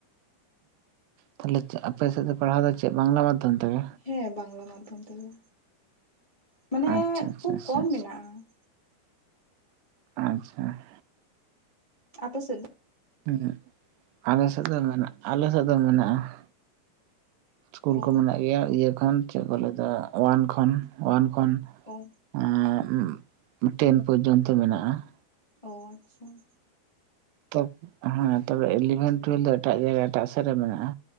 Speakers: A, on the right (about 85°); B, on the left (about 15°).
A: ᱛᱟᱞᱦᱮ ᱟᱯᱮ ᱥᱮᱫ ᱫᱚ ᱯᱟᱲᱦᱟᱣ ᱫᱚ ᱪᱮᱫ ᱵᱟᱝᱞᱟ ᱢᱟᱫᱽᱫᱷᱚᱢ ᱛᱮᱜᱮ?
B: ᱦᱮᱸ ᱵᱟᱝᱞᱟ ᱢᱟᱫᱽᱫᱷᱚᱢ ᱛᱮᱜᱮ ᱢᱟᱱᱮ
A: ᱟᱪᱪᱷᱟ ᱟᱪᱪᱷᱟ
B: ᱠᱷᱩᱵ
A: ᱟᱪᱪᱷᱟ
B: ᱠᱚᱢ
A: ᱟᱪᱪᱷᱟ
B: ᱢᱮᱱᱟᱜᱼᱟ ᱾
A: ᱟᱪᱪᱷᱟ ᱾
B: ᱟᱯᱮ ᱥᱮᱫ ᱫᱚ?
A: ᱦᱩᱸ ᱟᱞᱮ ᱥᱮᱫ ᱫᱚ ᱢᱮᱱᱟᱜᱼᱟ ᱟᱞᱮ ᱥᱮᱫ ᱫᱚ ᱢᱮᱱᱟᱜᱼᱟ ᱾ ᱤᱥᱠᱩᱞ
B: ᱚ
A: ᱠᱚ ᱢᱮᱱᱟᱜ ᱜᱮᱭᱟ ᱤᱭᱟᱹ ᱠᱷᱚᱱ ᱪᱮᱫ ᱠᱚ ᱞᱟᱹᱭᱫᱟ ᱣᱟᱱ ᱠᱷᱚᱱ ᱣᱟᱱ ᱠᱷᱚᱱ ᱾
B: ᱚ ᱾
A: ᱟᱸ ᱴᱮᱱ ᱯᱚᱨᱡᱚᱱᱛᱚ ᱢᱮᱱᱟᱜᱼᱟ ᱾
B: ᱚ ᱟᱪᱪᱷᱟ ᱾
A: ᱛᱚᱯ ᱦᱮᱸ ᱛᱚᱵᱮ ᱮᱞᱤᱵᱷᱮᱱ ᱴᱩᱭᱮᱞᱵᱷ ᱫᱚ ᱮᱴᱟᱜ ᱡᱟᱭᱜᱟ ᱮᱴᱟᱜ ᱥᱮᱫ ᱨᱮ ᱢᱮᱱᱟᱜᱼᱟ᱾